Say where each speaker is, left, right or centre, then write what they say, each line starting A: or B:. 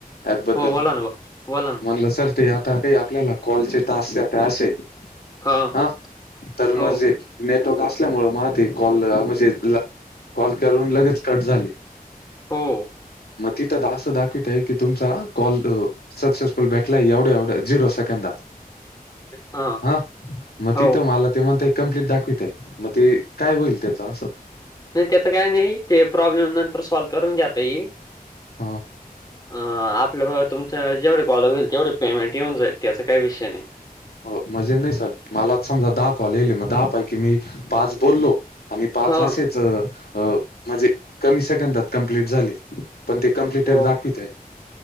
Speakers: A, on the left; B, on the left.
A: ऍप बद्दल
B: हो बोला ना मग
A: म्हणलं सर ते आता काही आपल्याला कॉलचे टास्क आता असे
B: हां.
A: हा तर
B: हो,
A: म जे नेटवर्क असल्यामुळे मग ते कॉल म्हणजे कॉल करून लगेच कट झाले.
B: हो.
A: मग तिथं असं दाखवित आहे की तुमचा कॉल सक्सेसफुल भेटला एवढ्या एवढ्या झिरो सेकंदात
B: हां,
A: ह मग
B: हो.
A: तिथं मला ते म्हणते कंप्लीट दाखवित आहे मग ते काय होईल त्याचा असं.
B: नाही त्याचं काय नाही ते प्रॉब्लेम नंतर सॉल्व करून घात येई
A: ह.
B: अ आपलं तुमच जेवढे कॉल होईल तेवढे पेमेंट येऊन जाईल त्याचा काही विषय नाही.
A: हो म्हजे नाही सर मला समजा दहा कॉल येले मग दहा पैकी मी पाच बोललो आणि पाच
B: हां,
A: अशेच अ म्हणजे कमी सेकंदात कंप्लीट झाली पण ते कंप्लिट
B: हो.
A: दाखवित आहेत.